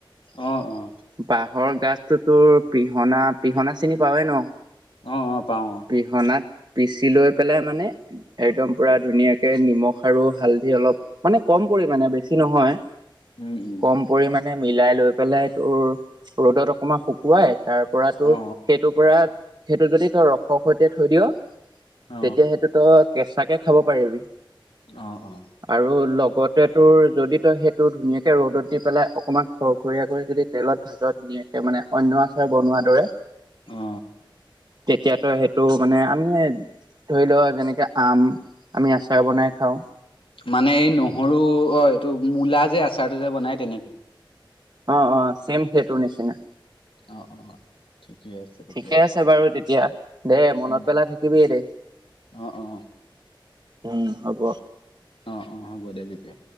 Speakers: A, on the left (about 85°); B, on the right (about 45°).
A: অ‌ অ
B: বাঁহৰ গাজতো তোৰ পিহনা, পিহনা চিনি পাওৱে ন?
A: অ অ পাওঁ অ
B: পিহনাত পিচি লৈ পেলাই মানে একদম পুৰা ধুনীয়াকে নিমখ আৰু হালধি অলপ মানে কম পৰিমাণে বেছি নহয়
A: উম উম
B: কম পৰিমাণে মিলাই লৈ পেলাই, তোৰ ৰ'দত অকণমান শুকুৱাই তাৰপৰা তোৰ
A: অ
B: সেইটোৰ পৰা, সেইটো যদি তই ৰসৰ সৈতে থৈ দিয় তেতিয়া
A: অ
B: সেইটো তই কেঁচাকে খাব পাৰিবি।
A: অ অ
B: আৰু লগত সেইটোৰ যদি তই সেইটো ধুনীয়াকৈ ৰ'দত দি পেলাই অকণমান খৰখৰীয়া কৰি যদি তেলত ভাজৰ ধুনীয়াকে, মানে অন্য আচাৰ বনোৱা দৰে।
A: অ
B: তেতিয়াতো সেইটো মানে আমি ধৰি ল, যেনেকে আম আমি আচাৰ বনাই খাও।
A: মানে এই নহৰু, অ'এইটো মূলা যে আচাৰটো যে বনাই তেনেকে।
B: অ অ ছেম সেইটোৰ নিচিনা।
A: অ অ ঠিকে আছে তেতিয়া
B: ঠিকে আছে বাৰু তেতিয়া দেই মনত
A: উম
B: পেলাই থাকিবিয়ে দেই।
A: অ অ
B: উম হ'ব।
A: অ অ হ'ব দে তেতিয়া।